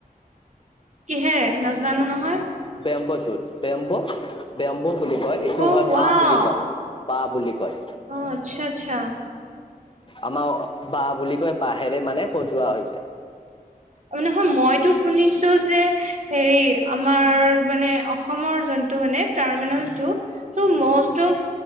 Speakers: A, on the right (about 50°); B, on the left (about 30°).
A: কিহেৰে? নাজানো নহয়।
B: বেম্বছুত, বেম্ব বেম্ব বুলি কয়, এইটো
A: অ
B: হয়
A: ৱাও
B: বাহঁ বুলি কয়। বাহঁ বুলি কয়।
A: অ', আচ্ছা, আচ্ছা।
B: আমাৰ বাহঁ বুলি কয়, বাঁহেৰে মানে সজোৱা হৈছে।
A: অঁ, নহয়, মইতো শুনিছো যে হেৰি আমাৰ মানে অসমৰ জ টো মানে টাৰ্মিনেলটো, ম'ষ্ট অফ